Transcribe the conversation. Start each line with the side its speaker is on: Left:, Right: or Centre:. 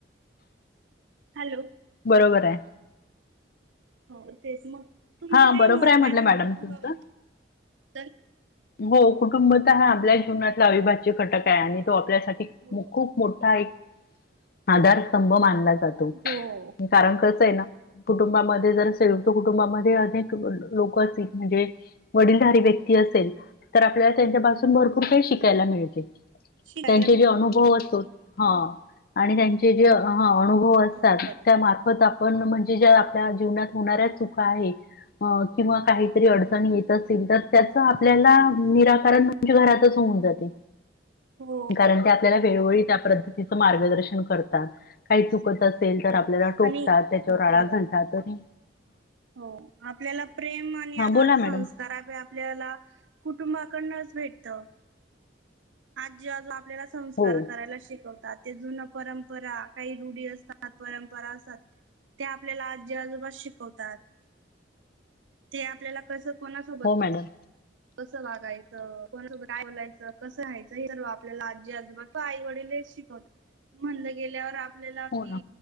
Right: हॅलो
Left: बरोबर आहे
Right: हो तेच मग तुमचं
Left: हा
Right: काही
Left: बरोबर
Right: मत
Left: आहे
Right: नाही
Left: म्हटलं
Right: ना,
Left: मॅडम
Right: मग कुटुंबाबद्दल.
Left: तुमचं. हो कुटुंब तर हा आपल्या जीवनातला अविभाज्य कटक आहे आणि तो आपल्यासाठी
Right: हो.
Left: खूप मोठा एक आधारस्तंभ मानला तू
Right: हो
Left: कारण कस आहे ना, कुटुंबामध्ये जर संयुक्त कुटुंबामध्ये अनेक लोक असतील म्हणजे वडीलधारी व्यक्त असे तर आपल्याला त्यांच्यापासून भरपूर काही शिकायला मिळते.
Right: शिकायला
Left: त्यांचे
Right: भेट
Left: जे अनुभव असतो हा. आणि त्यांचे जे हअनुभव असतात
Right: हो बरोबर
Left: त्या मार्फत आप पण म्हणजे ज्या आपल्या जीवनात होणाऱ्या चुका आहे. अ किंवा काहीतरी अडचणी येत असेल तर त्याचं आप आपल्याला निराकारण म्हणजे घरातच होऊन जाते.
Right: हो
Left: कारण
Right: बरोबर
Left: ते आपल्याला वेळोवेळी त्या प्रतीत तीचं मार्गदर्शन करतात काही चुकत तसेल तर
Right: हो
Left: आपल्याला टोकतात
Right: आणि
Left: त्याच्यावर
Right: हो बरोबर
Left: आळा घालतात <unintelligible> त
Right: हो आपल्याला प्रेम आणि
Left: हा
Right: आधार
Left: बोला मॅडम
Right: संस्कारापै आपल्याला कुटुंबाकडनचं. आजी आजू आपल्याला संस्कार
Left: हो
Right: करायला शिकवतात. ते जुन परंपरा काही रुढी असतात परंपरा असतात. ते आपल्याला आजी आजोबा शिकवतात ते आपल्याला कसं कोणा सोबत?
Left: हो मॅडम
Right: कसं वागायचं कोणा सोब काय बोलायचं कसं राहायचं हे सर्व आपल्याला आजी आजोबा <unintelligible> किंवा आई वडील तेचं शिकवतात म्हणलं गेल्यावर आप आपल्याला
Left: हो
Right: कि
Left: ना